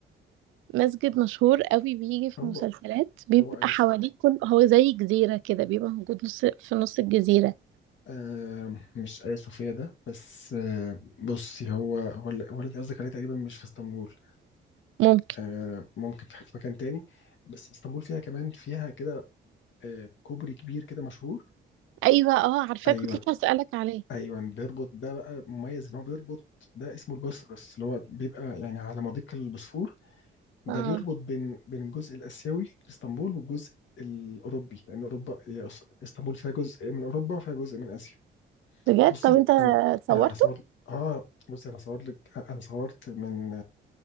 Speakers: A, on the right; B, on the left.
A: مسجد مشهور قوي بيجي في
B: هو
A: مسلسلات بيبقى
B: هو ايا
A: حواليه
B: صوفيا
A: كل هو زي جزيرة كده بيبقى موجود نص في نص الجزيرة
B: آه مش ايا صوفيا ده بس آه بصي هو هو اللي هو اللي انت قصدك عليه تقريبا مش في اسطنبول
A: ممكن
B: آه ممكن في في مكان تاني بس اسطنبول فيها كمان فيها كده آه كوبري كبير كده مشهور
A: ايوه اه عارفاه
B: ايوه
A: كنت لسه هسألك عليه
B: ايوه بيربط ده بقى مميز ان هو بيربط ده اسمه البوسفورس اللي هو بيبقى يعني على مضيق البوسفور ده
A: اه
B: بيربط بين بين الجزء الاسيوي لاسطنبول والجزء الاوروبي لان اوروبا هي أص- اسطنبول فيها جزء من اوروبا وفيها جزء من اسيا
A: بجد
B: بصي
A: طب انت
B: انا
A: صورته
B: انا هصور اه بصي انا صور لك انا صورت من